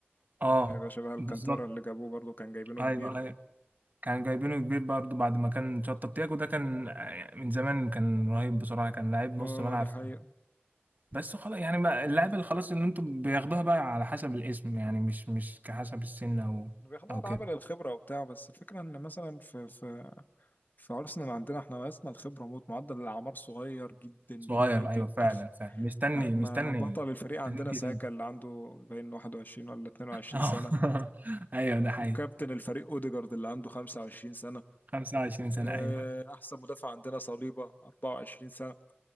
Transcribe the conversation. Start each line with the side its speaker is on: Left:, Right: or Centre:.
Right: اه
Left: هيبقى شبه الكانتارا
Right: بالظبط
Left: اللي جابوه برضه كان جايبينه
Right: ايوه
Left: كبير
Right: ايوه كان جايبينه كبير برضه بعد ما كان شطب تياجو ده كان آه، من زمان كان رهيب بصراحة كان لعيب نص
Left: اه
Right: ملعب
Left: ده حقيقة
Right: بس خلاص يعني بقى اللعيبة اللي خلاص اللي انتوا بياخدوها بقى على حسب الاسم يعني مش مش كحسب السن او
Left: بياخدوا
Right: او
Left: على
Right: كده
Left: عامل الخبرة وبتاع بس الفكرة ان مثلا في في في أرسنال عندنا احنا ناقصنا الخبرة موت معدل الأعمار صغير جدا جدا
Right: صغير
Left: جدا
Right: ايوه فعلا فعلا مستني
Left: <laughs> احنا
Right: مستني
Left: بطل الفريق عندنا
Right: مستني كتير
Left: ساكا اللي عنده باين 21 ولا 22
Right: اه
Left: سنة
Right: <laughs> ايوه ده حقيقي
Left: وكابتن الفريق اوديجارد اللي عنده 25 سنة
Right: 25 سنة
Left: اه،
Right: ايوه
Left: أحسن مدافع عندنا صليبة 24 سنة